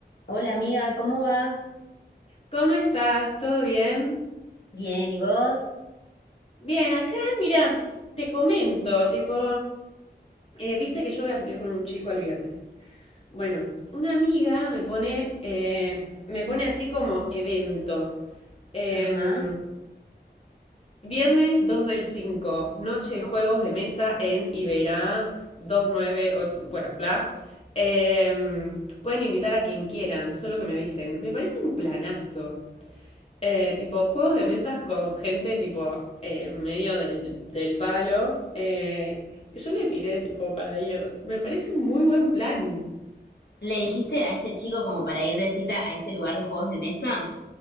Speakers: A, on the left; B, on the left.
A: Hola amiga, ¿cómo va?
B: ¿Cómo estás? ¿Todo bien?
A: Bien, ¿y vos?
B: Bien, acá, mira, te comento, tipo, eh, viste que yo voy a salir con un chico el viernes. Bueno, una amiga me pone, eh, me pone así como evento. Em,
A: Ajá.
B: viernes 2 del 5, noche de juegos de mesa en Iberá 29, o- bueno, bla. Em, pueden invitar a quien quieran, solo que me avisen. Me parece un planazo. Eh, tipo, juegos de mesas con gente, tipo, eh, medio del, del palo. Eh, y yo le tiré, tipo, para ir. Me parece un muy buen plan.
A: ¿Le dijiste a este chico como para ir de cita a este lugar de juegos de mesa?